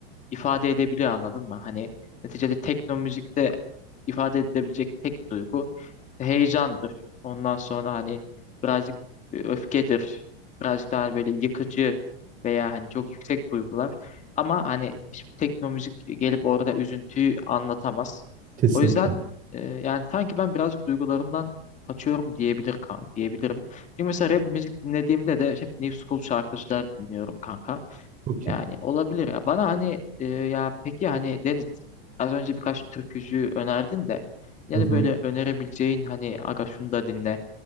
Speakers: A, on the left (about 25°); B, on the right (about 25°).
A: ifade edebiliyor anladın mı? Hani neticede tekno müzikte ifade edebilecek tek duygu işte heyecandır. Ondan sonra hani birazcık e, öfkedir. Birazcık daha böyle yıkıcı veya hani çok yüksek duygular. Ama hani hiçbir tekno müzik gelip orada üzüntüyü anlatamaz.
B: Kesinlikle.
A: O yüzden e, yani sanki ben birazcık duygularımdan kaçıyorum diyebilir kan diyebilirim. Çünkü mesela rap müzik dinlediğimde de hep New School şarkıcılar dinliyorum kanka.
B: Çok
A: Yani
B: iyi.
A: olabilir ya. Bana hani e, ya peki hani Deniz az önce birkaç türkücü önerdin de ya
B: Hı hı.
A: da böyle önerebileceğin hani aga şunu da dinle